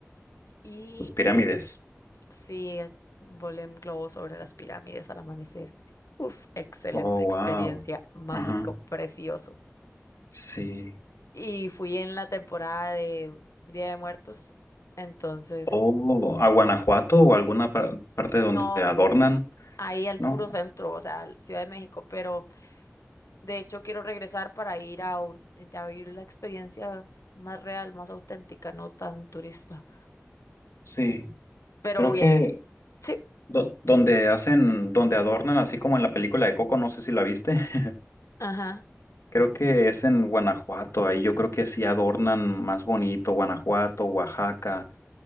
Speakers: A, on the left (about 90°); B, on the left (about 70°).
A: y
B: Las pirámides.
A: Sí, eh, volé en globo sobre las pirámides al amanecer. Uf, excelente
B: Oh,
A: experiencia,
B: wow.
A: mágico,
B: Ajá.
A: precioso.
B: Sí.
A: Y fui en la temporada de Día de Muertos, entonces
B: O a Guanajuato o alguna par- parte
A: no,
B: donde adornan,
A: ahí al puro
B: ¿no?
A: centro, o sea, al Ciudad de México, pero de hecho quiero regresar para ir a, un- a vivir la experiencia más real, más auténtica, no tan turista.
B: Sí,
A: Pero
B: creo
A: bien,
B: que
A: sí,
B: do- donde hacen, donde adornan, así como en la película de Coco, no sé si la viste. <laughs>
A: ajá.
B: Creo que es en Guanajuato, ahí yo creo que sí adornan más bonito, Guanajuato, Oaxaca.